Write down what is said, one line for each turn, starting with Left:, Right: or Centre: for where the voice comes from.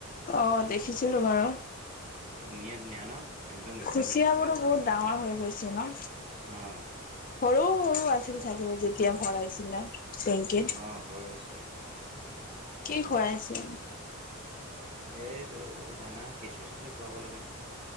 Left: অঁ দেখিছিলো বাৰু।
Right: ধুনীয়া ধুনীয়া ন একদম লোকেল
Left: কুচিয়াবোৰো
Right: নিচিনা
Left: বহুত ডাঙৰ হৈ গৈছে ন।
Right: অঁ!
Left: সৰু সৰু আছিল চাগে যেতিয়া ভৰাই ছিলা টেংকিত।
Right: অঁ সৰু আছিলে।
Left: কি খুৱাই আছে?
Right: এইটো ধানা কেঁচু চেঁচু খুৱাব লাগে।